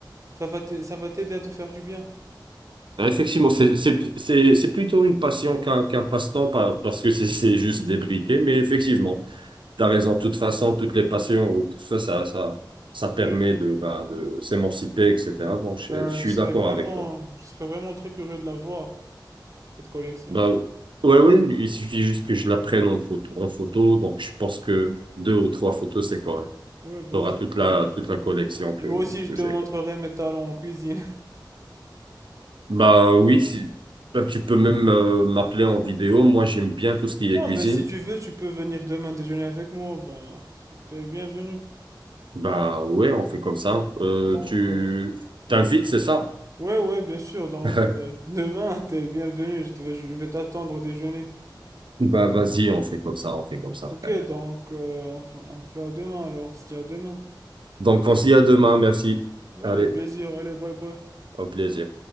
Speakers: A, on the right; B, on the right.
A: ça va t'a- ça va t'aider à te faire du bien.
B: Euh, Effectivement, c'est, c'est, c'est, c'est plutôt une passion qu'un qu'un passe-temps par- parce que c'est c'est juste débriqué. Mais effectivement, t'as raison. De toute façon, toutes les passions ou tout ça, ça, ça, ça permet
A: Ouais.
B: de, bah, de s'émanciper, etc. Donc, je,
A: Ben,
B: je suis
A: je serais
B: d'accord
A: vraiment,
B: avec toi.
A: je serais vraiment très curieux de la voir, cette collection.
B: Bah, ouais, ouais, il suffit juste que je la prenne en photo, en photo. Donc, je pense que deux ou trois photos, c'est correct.
A: Ouais, vas-y.
B: T'auras toute la toute
A: vas-y.
B: la collection que
A: Et moi aussi, je
B: que
A: te
B: j'ai
A: montrerai
B: quoi.
A: mes talents en cuisine. <laughs>
B: Bah oui, si bah, tu peux même euh, m'appeler en vidéo. Moi, j'aime bien tout ce qui est
A: Non,
B: cuisine.
A: ben, si tu veux, tu peux venir demain déjeuner avec moi. Ben, t'es bienvenu.
B: Bah ouais, on fait comme ça. Euh,
A: Tant
B: tu
A: que,
B: t'invites, c'est ça?
A: Ouais, ouais, bien sûr. Donc,
B: <laughs>
A: euh, <laughs> demain, t'es bienvenu. Je te vais, je vais t'attendre au déjeuner.
B: Bah vas-y, on fait comme ça, on fait comme ça,
A: Ok,
B: frère.
A: donc, euh, on fait, on fait à demain alors, si à demain.
B: Donc on se dit à demain, merci.
A: Ouais,
B: Allez,
A: avec plaisir. Allez, bye bye.
B: au plaisir.